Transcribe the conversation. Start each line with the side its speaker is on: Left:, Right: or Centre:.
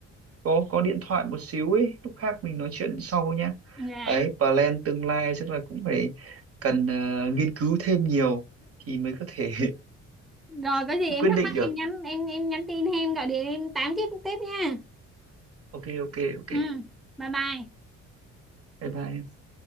Right: có có điện thoại một xíu ấy lúc khác mình nói chuyện sau nhá
Centre: dạ
Right: ấy plan tương lai chắc là cũng phải cần ờ, nghiên cứu thêm nhiều thì mới có thể
Centre: rồi có
Right: <laughs>
Centre: gì em
Right: quyết
Centre: thắc
Right: định
Centre: mắc
Right: được
Centre: em nhắn em em nhắn tin hay em gọi điện em tám tiếp tiếp nha
Right: ok ok ok
Centre: ừ bye bye
Right: bye bye